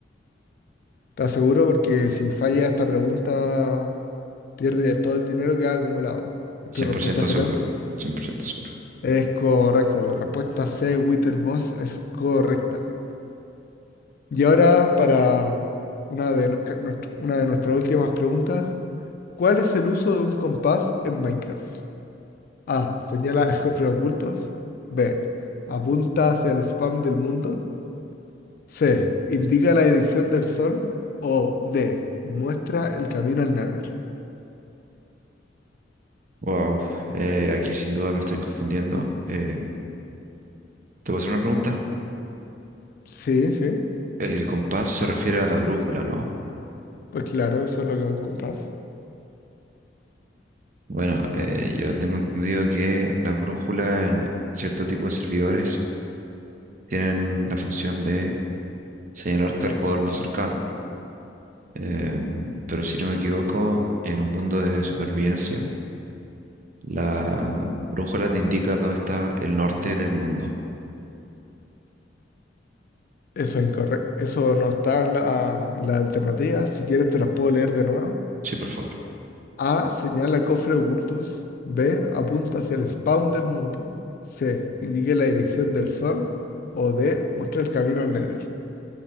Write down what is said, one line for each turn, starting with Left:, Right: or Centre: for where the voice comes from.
Left: Te aseguro porque si falla esta pregunta, pierde todo el dinero que ha acumulado. ¿Es
Right: cien
Left: tu respuesta
Right: por ciento
Left: final?
Right: seguro. cien por ciento seguro.
Left: Es correcto. La respuesta C. Wither Boss es correcta. Y ahora para una de, ca- nuestro- una de nuestras últimas preguntas. ¿Cuál es el uso de un compás en Minecraft? A. Señala <laughs> a cofres ocultos. B. Apunta hacia el spam del mundo. C. Indica la dirección del sol. O D. Muestra el camino al Nether.
Right: Wow. eh, aquí sin duda me estoy confundiendo. Eh, ¿te puedo hacer una pregunta?
Left: Sí, sí.
Right: El compás se refiere a la brújula, ¿no?
Left: Pues claro, eso es lo que es un compás.
Right: Bueno, eh, yo tengo entendido que las brújulas en cierto tipo de servidores tienen la función de señalarte al jugador más cercano. Em, pero si no me equivoco, en un mundo de supervivencia, la brújula te indica dónde está el norte del mundo.
Left: Eso es incorrecto. Eso no está en la, en la alternativa. Si quieres te las puedo leer de nuevo.
Right: Sí, por favor.
Left: A. Señala cofres ocultos. B. Apunta hacia el spawn del mundo. C. Indique la dirección del sol. O D. Muestra el camino al Nether.